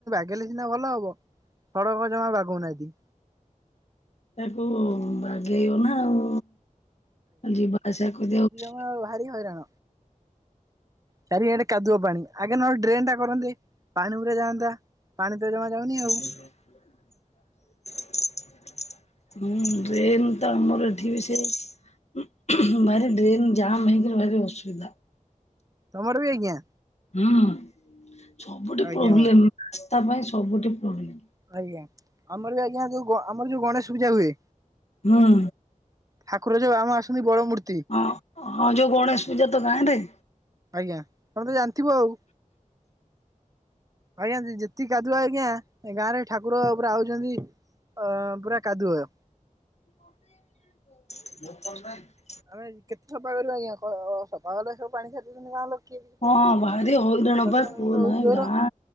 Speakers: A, on the right (about 25°); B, on the left (about 55°).
A: ଗଲେ <unintelligible> ସିନା ଭଲ ହବ ସଡ଼କ ଜମା ବାଗଉନାହାନ୍ତି।
B: ତାକୁ ବାଗେଇବନା ଆଉ ଯିବା ଆସିବା କରିବାକୁ <unintelligible>
A: ହଁ ଆଉ ଭାରି ହଇରାଣ ଚାରି ଆଡେ କାଦୁଅ ପାଣି ଆଗେ ନହେଲେ ଡ୍ରେନ୍ ଟା କରନ୍ତେ। ପାଣି ଗୁରା ଯାନ୍ତା ପାଣି ତ ଜମା
B: <inaudible>
A: ଯାଉନି ଆଉ
B: ହୁଁ ଡ୍ରେନ୍ ତ ଆମର ଏଠି ବି ସେୟା। <unintelligible> ଭାରି ଡ୍ରେନ ଯାମ୍ ହେଇକି ରହିଲେ ଭାରି ଅସୁବିଧା।।
A: ତମର ବି ଆଜ୍ଞା?
B: ହୁଁ ସବୁଠି
A: ଆଜ୍ଞା
B: ପ୍ରୋବ୍ଲେମ୍ <unintelligible> ପାଇଁ ସବୁଠି ପ୍ରୋବ୍ଲେମ୍।
A: ଆଜ୍ଞା ଆମର ବି ଆଜ୍ଞା ଯୋଉ ଗ ଆମର ଯୋଉ ଗଣେଶ ପୂଜା ହୁଏ।
B: ହୁଁ
A: ଠାକୁର ଯୋଉ ଆମ ଆସୁଛନ୍ତି ବଡ ମୂର୍
B: ଅଁ, ହଁ ଯୋଉ ଗଣେଶ ପୂଜା ତ ଗାଆଁରେ?
A: ଆଜ୍ଞା, ତମେ ତ ଜାଣିଥିବ ଆଉ। ଆଜ୍ଞା ଯେ - ଯେତିକି କାଦୁଆ ଆଜ୍ଞା ଗାଁ ରେ ଠାକୁର ପୁରା ଆଉଛନ୍ତି। ଅ ପୁରା କାଦୁଅ।
B: <inaudible>
A: ଆମେ କେତେ ଥଫା କରିବା ଆଜ୍ଞା, କଣ ସଫା କଲେ ସବୁ ପାଣି ଛାଡିଦଉଚନ୍ତି ଗାଁ ଲୋକ। କିଏ କିଛି କହୁନାହାନ୍ତି
B: ହଁ ଭାରି ହଇରାଣ
A: ବର୍ଷା
B: ପା
A: ତ ଆମର
B: କୁହନା
A: ହଉଛି
B: ହେ
A: ଜୋର
B: ଗାଁ